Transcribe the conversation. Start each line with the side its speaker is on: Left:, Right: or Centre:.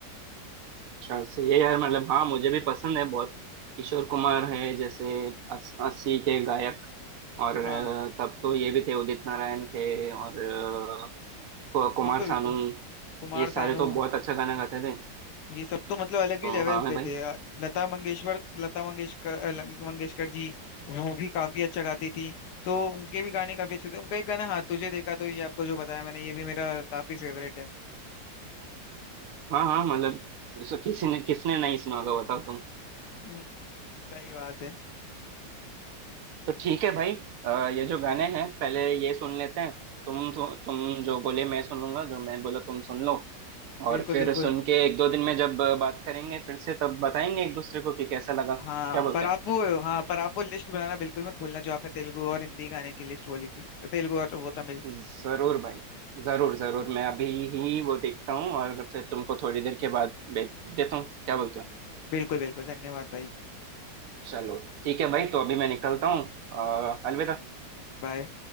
Right: अच्छा सही है यार मतलब हाँ मुझे भी पसंद है बहुत किशोर कुमार है जैसे अस, अस्सी के गायक और
Left: हाँ
Right: अ, तब तो ये भी थे उदित नारायण थे और अ, कु- कुमार
Left: बिल्कुल
Right: सानू
Left: बिल्कुल कुमार
Right: ये सारे
Left: सानू
Right: तो बहुत अच्छा गाना गाते थे
Left: ये सब तो मतलब अलग ही
Right: तो
Left: लेवल
Right: हाँ है
Left: पे
Right: भाई
Left: थे अ, लता मंगेशकर लता मंगेशकर अ, ल- मंगेशकर जी वो भी काफी अच्छा गाती थी तो उनके भी गाने काफी अच्छे थे उनका एक गाना हाँ तुझे देखा तो ये आपको जो बताया मैंने ये भी मेरा काफी फेवरेट है
Right: हाँ हाँ मतलब उसको किसी ने किसने नहीं सुना होगा बताओ
Left: हम्म, सही बात है
Right: तो ठीक है भाई अ, ये जो गाने हैं पहले ये सुन लेते हैं तुम तो, तुम जो बोले मैं सुन लूंगा जो मैं बोला तुम सुन लो और
Left: बिल्कुल
Right: फिर
Left: बिल्कुल
Right: सुन के एक दो दिन में जब बात करेंगे फिर से तब बताएंगे एक दूसरे को कि कैसा लगा
Left: हाँ
Right: क्या बोलते
Left: पर
Right: हो
Left: आप वो हाँ पर आप वो लिस्ट बनाना बिल्कुल मत भूलना जो आपने तेलुगु और हिंदी गाने की लिस्ट बोली थी तो तेलुगु और वो तमिल
Right: जरूर भाई जरूर जरूर मैं अभी ही वो देखता हूँ और फिर तुमको थोड़ी देर के बाद भेज देता हूँ क्या बोलते हो
Left: बिल्कुल बिल्कुल धन्यवाद भाई
Right: चलो ठीक है भाई तो अभी मैं निकलता हूँ अ, अलविदा
Left: बाय